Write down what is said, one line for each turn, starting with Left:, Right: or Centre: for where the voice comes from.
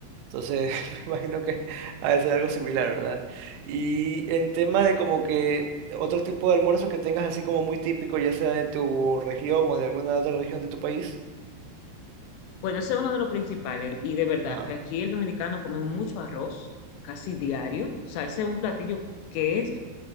Right: Entonces, <laughs> me imagino que ha de ser algo similar, ¿verdad? Y en tema de como que otro tipo de almuerzo que tengas así como muy típico, ya sea de tu región o de alguna otra región de tu país.
Left: Bueno, ese es uno de los principales y de verdad
Right: Ajá.
Left: que aquí el dominicano come mucho arroz, casi diario. O sea, ese es un platillo que es,